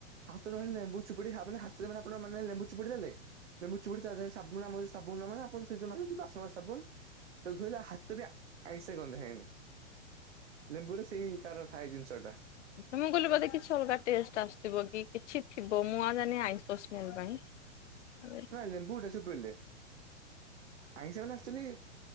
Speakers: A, on the right; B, on the left.
A: ହାତରେ ଲେମ୍ବୁ ଚିପୁଡ଼ି ଦେଲେ ଲେମ୍ବୁ ଚିପୁଡି ତାଦେହରେ ଆମର ଯଉ <unintelligible> ଆପଣ ସେଉ ମାନ ବାସ ସାବୁନ୍ ତ ଧୋଇଲା ହାତ ବି ଆଇଁସିଆ ଗନ୍ଧା ଏନି। ଲେମ୍ବୁ ରେ ସେଇ ତାର ଥାଏ ଜିନିଷ ଟା।
B: ମୁଁ କହିଲି ବୋଧେ କିଛି ଅଲଗା ଟେଷ୍ଟେ ଆସୁଥିବ କି କିଛି ଥିବ ମୁଁ ଆଉ ଜାଣିନି ଆଇଁଷ ସ୍ମେଲ ପାଇଁ <unintelligible>
A: ଲେମ୍ବୁ ଟା ଚିପୁଡ଼ିଲେ ଆଇଁଷ ମାନେ ଆକ୍ଚୋଲି